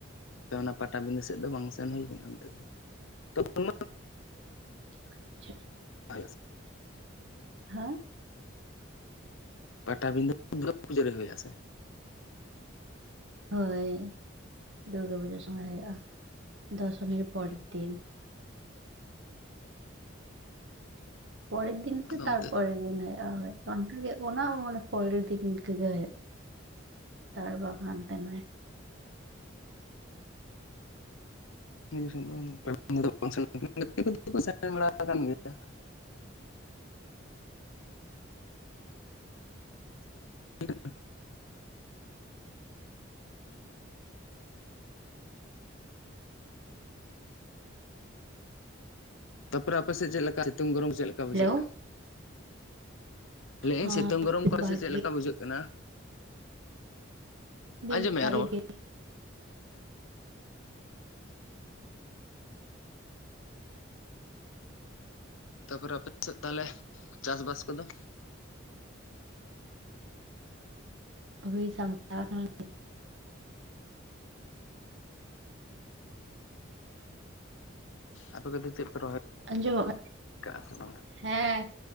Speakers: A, on the left; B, on the right.
A: ᱟᱯᱮ ᱚᱱᱟ ᱯᱟᱴᱟᱵᱤᱸᱫᱟᱹ ᱥᱮᱫ ᱫᱚ ᱵᱟᱝ ᱥᱮᱱ ᱦᱩᱭ ᱠᱟᱱᱟ ᱚᱱᱛᱮ ᱫᱚ ᱛᱚᱠᱷᱚᱱ
B: ᱟᱪᱪᱷᱟ
A: <inaudible>
B: ᱦᱮᱸ
A: ᱯᱟᱴᱟᱵᱤᱸᱫᱟᱹ ᱯᱩᱡᱟᱹᱨᱮ ᱦᱩᱭᱩᱜ ᱟᱥᱮ?
B: ᱦᱳᱭ ᱫᱩᱨᱜᱟᱹ ᱯᱩᱡᱟᱹ ᱥᱚᱢᱚᱭ ᱦᱩᱭᱩᱜᱼᱟ᱾ ᱫᱚᱥᱚᱢᱤᱨ ᱯᱚᱨᱮᱨ ᱫᱤᱱ ᱯᱚᱨᱮᱨ ᱫᱤᱱ ᱥᱮ
A: ᱟᱫᱚ
B: ᱛᱟᱨᱯᱚᱨᱮᱨ
A: ᱚᱱᱛᱮ
B: ᱫᱤᱱ ᱚᱱᱠᱟᱜᱮ ᱚᱱᱟ ᱢᱟᱱᱮ ᱯᱚᱨᱮᱨ ᱫᱤᱱ ᱤᱱᱠᱟᱹ ᱜᱮ ᱦᱩᱭᱩᱜᱼᱟ᱾ ᱛᱟᱨ ᱵᱟ ᱵᱷᱟᱱ ᱛᱮᱱ
A: ᱦᱮᱸ ᱩᱱ ᱫᱚ ᱥᱮ ᱜᱟᱛᱮ ᱠᱚ ᱠᱚ ᱥᱮ ᱵᱟᱲᱟ ᱟᱠᱟᱱ ᱜᱮᱭᱟ <inaudible> <inaudible> ᱛᱟᱨᱯᱚᱨᱮ ᱟᱯᱮ ᱥᱮᱫ ᱪᱮᱫ ᱞᱮᱠᱟ ᱥᱤᱛᱩᱝ ᱜᱚᱨᱚᱢ ᱪᱮᱫ ᱞᱮᱠᱟ ᱵᱩᱡᱷᱟᱹᱜᱼᱟ?
B: ᱦᱮᱞᱳ
A: ᱞᱟᱹᱭᱮᱜᱟᱹᱧ
B: ᱦᱮᱸ
A: ᱥᱤᱛᱩᱝ ᱜᱚᱨᱚᱢ
B: ᱵᱮᱥ
A: ᱠᱚᱞ
B: ᱵᱷᱟᱜᱮ
A: ᱥᱮ ᱪᱮᱫ ᱞᱮᱠᱟ ᱵᱩᱡᱷᱟᱹᱜ ᱠᱟᱱᱟ?
B: ᱵᱮᱥ
A: ᱟᱸᱡᱚᱢᱮᱜᱼᱟ
B: ᱵᱷᱟᱜᱮ
A: ᱨᱚᱲ
B: ᱜᱮ
A: ᱛᱟᱨᱯᱚᱨᱮ ᱟᱯᱮ ᱥᱮᱫ ᱛᱟᱦᱚᱞᱮ ᱪᱟᱥᱵᱟᱥ ᱠᱚᱫᱚ?
B: ᱦᱩᱭ ᱥᱟᱢᱴᱟ ᱠᱟᱱᱟ᱾
A: ᱟᱯᱮᱛ ᱪᱮᱫ ᱯᱮ ᱨᱚᱦᱚᱭ
B: ᱟᱸᱡᱚᱢᱚᱜ
A: ᱠᱟᱜᱼᱟ ᱥᱮ ᱵᱟᱝ?
B: ᱦᱮᱸ